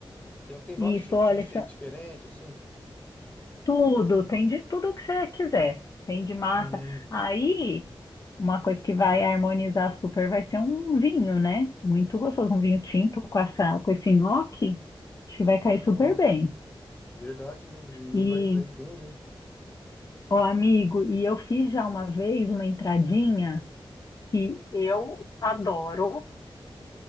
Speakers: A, on the left; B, on the left.
A: Que ela tem vários
B: isso,
A: tipos
B: olha,
A: de receita diferente, assim.
B: Tudo, tem de tudo que você quiser. Tem de massa.
A: Hum,
B: Aí, uma coisa que vai harmonizar super vai ser um vinho, né? Muito gostoso, um vinho tinto com essa, com esse nhoque. Acho que vai cair super
A: nossa,
B: bem.
A: verdade mesmo, vinho
B: E,
A: vai, vai bem mesmo.
B: ô amigo, e eu fiz já uma vez uma entradinha que eu adoro.